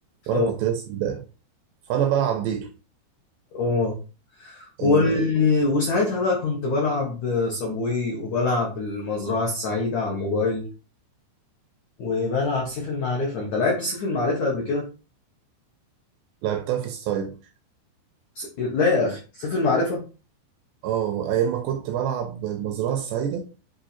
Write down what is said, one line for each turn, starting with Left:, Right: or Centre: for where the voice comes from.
Right: وانا
Left: اه
Right: كنت لسه ده فانا بقى عديته
Left: اه و...
Right: آه،
Left: وساعتها بقى كنت بلعب صابواي وبلعب المزرعه السعيده على الموبايل وبلعب سيف المعرفه انت لعبت سيف المعرفه قبل كده
Right: لعبتها في السايبر
Left: س... لا يا اخي سيف المعرفه
Right: اه ايام ما كنت بلعب المزرعة السعيدة